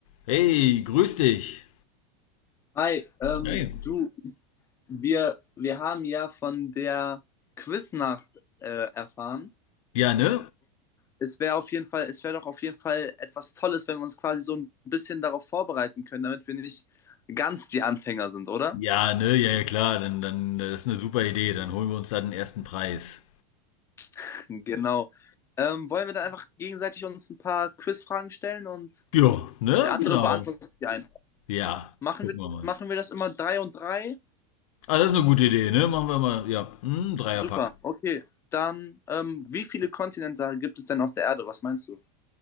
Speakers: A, on the left; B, on the left.
A: Hey, grüß dich.
B: Hi, ähm,
A: Hey,
B: du, wir, wir haben ja von der Quiznacht äh, erfahren.
A: Ja, ne?
B: Es wäre auf jeden Fall, es wäre doch auf jeden Fall etwas Tolles, wenn wir uns quasi so ein bisschen darauf vorbereiten können, damit wir nicht ganz die Anfänger sind, oder?
A: Ja, ne? Ja, ja, klar. Dann, dann, das ist eine super Idee. Dann holen wir uns da den ersten Preis.
B: <laughs> Genau. Ähm, wollen wir dann einfach gegenseitig uns ein paar Quizfragen stellen und
A: Ja, ne?
B: der andere
A: Genau.
B: beantwortet die ein.
A: Ja,
B: Machen
A: gucken
B: wir,
A: wir mal.
B: machen wir das immer drei und drei?
A: Ah, das ist eine gute Idee, ne? Machen wir mal. Ja, hm, Dreierpack.
B: Super, okay. Dann, ähm, wie viele Kontinente gibt es denn auf der Erde? Was meinst du?